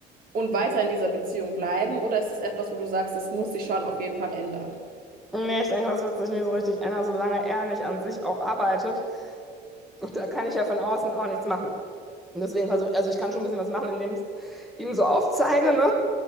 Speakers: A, on the right; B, in the centre.
A: und weiter in dieser Beziehung bleiben, oder ist es etwas, wo du sagst, das muss sich schon auf jeden Fall ändern?
B: Nee, ich denke, das wird sich nie so richtig ändern, solange er nicht an sich auch arbeitet. Und da kann ich ja von außen auch nichts machen. Und deswegen versuche, also ich kann schon ein bisschen was machen, indem ich ihm so aufzeige, ne?